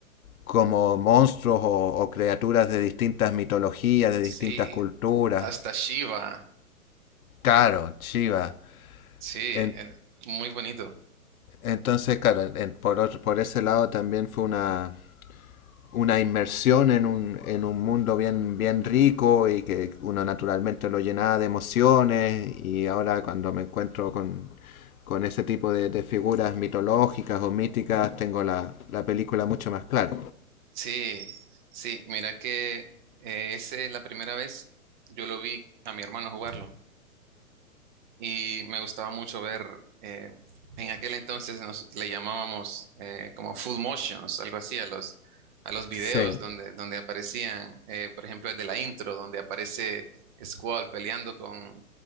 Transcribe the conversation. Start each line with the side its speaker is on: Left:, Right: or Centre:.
Left: como monstruos o, o criaturas de distintas mitologías, de
Right: Sí,
Left: distintas culturas.
Right: hasta Shiva.
Left: Claro, Shiva.
Right: Sí,
Left: En-
Right: eh, muy bonito.
Left: entonces, claro, en- por, otro- por ese lado también fue una, una inmersión en un, en un mundo bien, bien rico y que uno naturalmente lo llenaba de emociones y ahora cuando me encuentro con, con ese tipo de, de figuras mitológicas o míticas tengo la, la película mucho más clara.
Right: Sí, sí, mira que eh, ese la primera vez yo lo vi a mi hermano jugarlo. y me gustaba mucho ver, eh, en aquel entonces nos le llamábamos eh, como full motions, algo así, a los, a los videos
Left: Sí,
Right: donde, donde aparecían, eh, por ejemplo, desde la intro, donde aparece Squall peleando con,